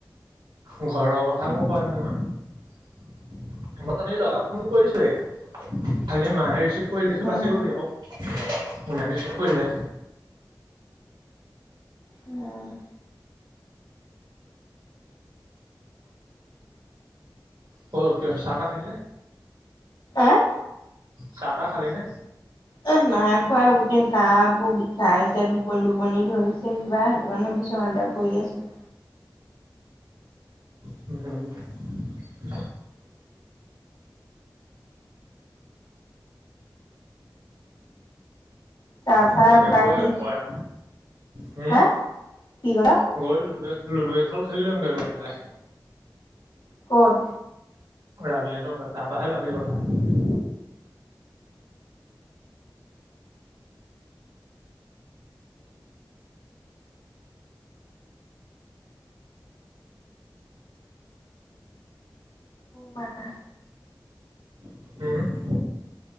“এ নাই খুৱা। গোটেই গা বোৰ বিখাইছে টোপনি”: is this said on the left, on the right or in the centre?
Left